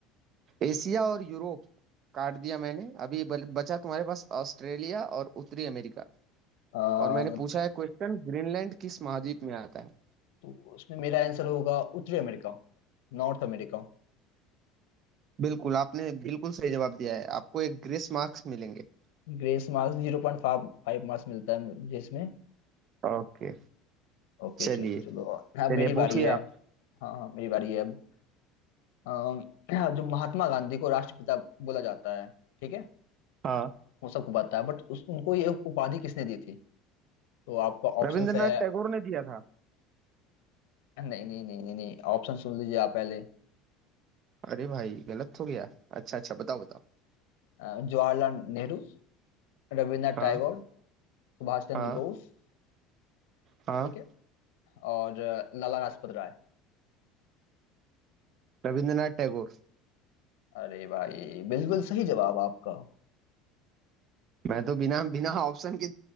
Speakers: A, on the right; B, on the left.
A: एशिया और यूरोप काट दिया मैंने अभी बल- बचा तुम्हारे पास ऑस्ट्रेलिया और उत्तरी अमेरिका
B: आ,
A: और मैंने पूछा है क्वेश्चन ग्रीनलैंड किस महाद्वीप में आता है
B: तो उसमें मेरा आंसर होगा उत्तरी America north America
A: बिल्कुल आपने बिल्कुल सही जवाब दिया है आपको एक ग्रेस मार्क्स मिलेंगे
B: Grace marks zero point five marks मिलता है मुझे इसमें
A: ओके
B: ओके
A: चलिए
B: चलो चलो, अब
A: चलिए
B: मेरी बारी
A: पूछिए
B: है
A: आप
B: हाँ हाँ मेरी बारी है अब अम, हाँ, जो महात्मा गांधी को राष्ट्रपिता बोला जाता है ठीक है
A: हाँ
B: वो सबको पता है बट उस उनको ये उपाधि किसने दी थी तो आपका
A: रविंद्रनाथ
B: ऑप्शंस है
A: टैगोर ने दिया था
B: नहीं नहीं नहीं नहीं नहीं ऑप्शन सुन लीजिए आप पहले
A: अरे भाई गलत हो गया अच्छा अच्छा बताओ बताओ
B: अ, जवाहरलाल नेहरू रविन्द्रनाथ
A: हाँ
B: टैगोर सुभाष चंद्र
A: हाँ
B: बोस
A: हाँ
B: ठीक है और अ, लाला लाजपत राय
A: रविंद्रनाथ टैगोर
B: अरे भाई बिल्कुल सही जवाब आपका
A: मैं तो बिना बिना ऑप्शन के